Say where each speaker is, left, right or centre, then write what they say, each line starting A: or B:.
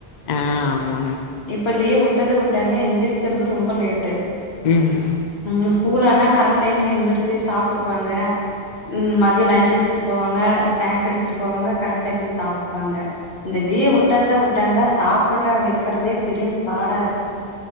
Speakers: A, on the left (about 55°); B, on the left (about 80°).
A: ஆ ஆமாங்க
B: இப்ப லீவ் விட்டது விட்டாங்க எந்திர்க்கிறது ரொம்ப லேட்டு
A: ம்
B: ம் ஸ்கூல் ஆனா கரெக்ட் டைம்ல எழுந்திரிச்சு சாப்ட்டுக்கு வாங்க ம் மதிய லன்ச் எடுத்துட்டு போவங்க ஸ்நாக்ஸ் எடுத்துட்டு போவாங்க கரெக்ட் டைமுக்கு சாப்ட்டுக்குவாங்க இந்த லீயே விட்டத விட்டாங்க சாப்படற வைக்கிறதே பெரிம் பாடா இருக்கு